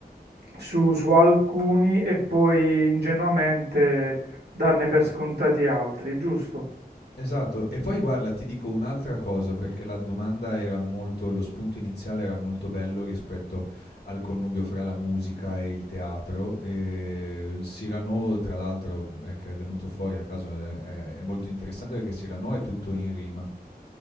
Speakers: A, on the right (about 80°); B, on the left (about 80°).
A: su, su alcuni e poi ingenuamente darne per scontati altri, giusto?
B: esatto, e poi guarda, ti dico un'altra cosa perché la domanda era molto, lo spunto iniziale era molto bello rispetto al connubio fra la musica e il teatro. E Cyrano, tra l'altro, eh, che è venuto fuori a caso, è, è- è molto interessante perché Cyrano è tutto in rima.